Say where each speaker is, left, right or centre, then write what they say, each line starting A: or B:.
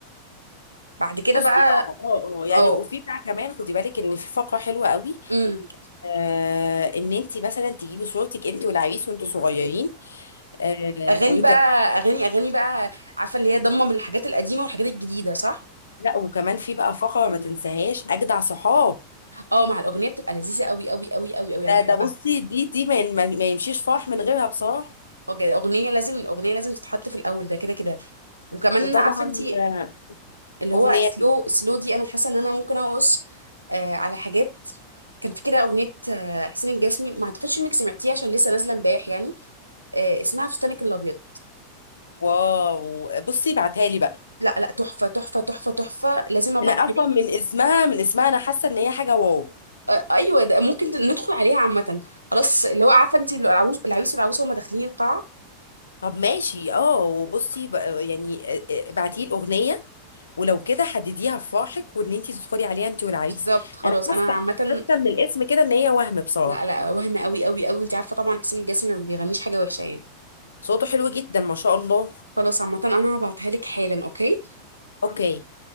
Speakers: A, on the right; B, on the left.
A: بعد كده
B: بصي
A: بقى
B: اه اه اه يعني
A: اه
B: وفي بتاع كمان خدي بالك ان في فقره حلوه قوي
A: امم
B: آه ان انت مثلا تجيبي صورتك انت والعريس وانتوا صغيرين آه
A: اغاني
B: وت...
A: بقى اغاني اغاني بقى عارفه اللي هي ضمه من الحاجات القديمه والحاجات الجديده صح
B: لا وكمان في بقى فقره ما تنساهاش اجدع صحاب
A: اه مع الاغنيه بتبقى لذيذه قوي قوي قوي قوي قوي انا
B: ده
A: بحبها
B: ده بصي دي دي ما, ما ما يمشيش فرح من غيرها بصراحه
A: وج- اغنيه لازم الاغنيه لازم تتحط في الاول ده كده كده وكمان
B: وطبعا
A: عارفه انت
B: آه
A: اللي
B: اغنيه
A: هو سلو سلو دي انا حاسه ان انا ممكن اقص آه على حاجات كان في كده اغنيه آه حسين الجسمي ما اعتقدش انك سمعتيها عشان لسه نازله امبارح يعني آه اسمها فستانك الابيض
B: واو بصي بعتها لي بقى
A: لا لا تحفه تحفه تحفه تحفه لازم ابعتها
B: انا اصلا من اسمها من اسمها انا حاسه ان هي حاجه واو
A: آه، ايوه ده ممكن ندخل عليها عامه خلاص اللي هو عارفه انت اللي العروس العريس والعروسه هما داخلين القاعه
B: طب ماشي اه وبصي بقى- يعني ابعتي لي الاغنيه ولو كده حدديها في فرحك وان انت تدخلي عليها انت والعريس
A: بالظبط خلاص
B: انا حاسه
A: انا عامه
B: حاسه من الاسم كده ان هي وهم بصراحه
A: لا لا وهم قوي قوي قوي انت عارفه طبعا حسين الجسمي ما بيغنيش حاجه وحشه يعني
B: صوته حلو جدا ما شاء الله
A: خلاص عامه انا هبعتها لك حالا اوكي
B: اوكي